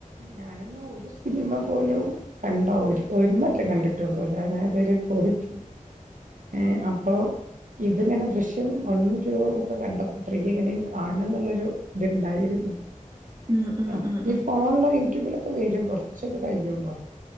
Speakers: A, on the right; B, on the right.
A: ഞാനൊന്നും ഒരു സി സിനിമ പോലും കണ്ടാ ഒരു ഒന്നട്ടേ കണ്ടിട്ടുള്ളൂ അല്ലാതെ ഞാ ഇതുവരെ പോയിട്ടില്ല ഏ അപ്പൊ ഇത്ങ്ങനെ ദൃശ്യം വൺ ടു ഒക്കെ കണ്ടപ്പോ ത്രീ എങ്ങനെയും കാണ എന്നുള്ളരു ഇത്ണ്ടായിും
B: ഉം, ഉം,
A: ഉ
B: ഉം,
A: ഈ
B: ഉം.
A: ഫോണുള്ള യൂട്യൂബിലൊക്കെ വരും കുറച്ചൊക്കെ കഴിയുമ്പോ